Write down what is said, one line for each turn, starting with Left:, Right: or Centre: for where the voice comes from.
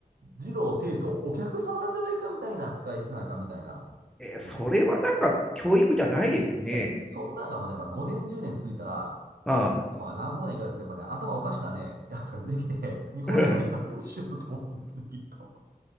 Right: 児童、生徒、お客様じゃないかみたいな扱いせなあかんみたいな。
Centre: えーそれはなんか教育じゃないですよね。
Right: もうね。いや、そんなのがもうね、やっぱ5年、10年続いたら、
Centre: ああ。
Right: ちょっとまあ乱暴な言い方ですけど、やっぱね、頭おかしなね、やつが出てきて、<laughs> 日本社会ダメにしようと思うんですね、
Centre: <laughs>
Right: きっと。